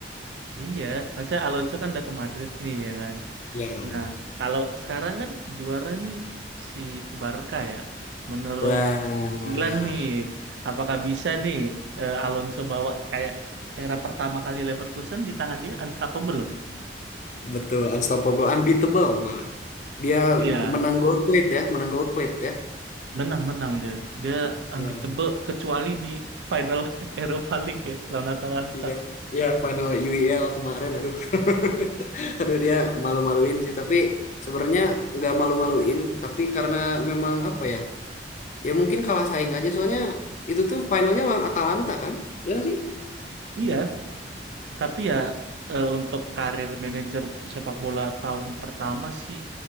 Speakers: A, on the right (about 80°); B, on the left (about 45°).
A: Iya, maksudnya Alonso kan udah ke Madrid nih ya kan.
B: Ya.
A: Nah, kalau sekarang kan juara nih si Barca ya. Menurut
B: Wah.
A: Dilan nih, apakah bisa nih eh, Alonso bawa kayak era pertama kali Leverkusen di tangan dia unstoppable loh.
B: Betul, unstoppable, unbeatable malah. Dia
A: Iya,
B: menang gold plate ya, menang gold plate ya.
A: menang-menang dia. Dia unbeatable
B: Ya,
A: kecuali di final <laughs> Europa League ya lawan Atalanta.
B: Ya, iya, Ya, final UEL kemarin, aduh, <laughs> aduh dia malu-maluin sih. Tapi sebenarnya nggak malu-maluin, tapi karena memang apa ya, Ya mungkin kalah saing aja soalnya itu tuh finalnya lawan Atalanta kan? Ya nggak sih?
A: Iya, tapi ya eh, untuk karir manajer sepak bola tahun pertama sih